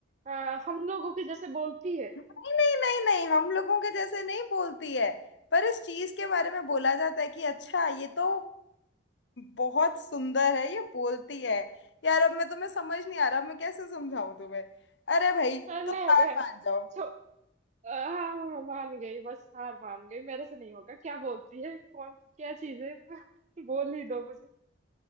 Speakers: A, on the right (about 35°); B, on the left (about 65°).
A: अ, हम लोगों की जैसे बोलती है
B: नहीं नहीं नहीं नहीं हम लोगों के जैसे नहीं बोलती है पर इस चीज के बारे में बोला जाता है कि अच्छा ये तो बहुत सुंदर है ये बोलती है यार अब मैं तुम्हें समझ नहीं आ रहा मैं कैसे समझाऊं तुम्हें अरे भाई
A: अ, नहीं
B: तुम हार
A: यार
B: मान जाओ
A: आह, मान गई बस हार मान गई मेरे से नहीं होगा क्या बोलती है कौन क्या चीज है <laughs> बोल ही दो मुझे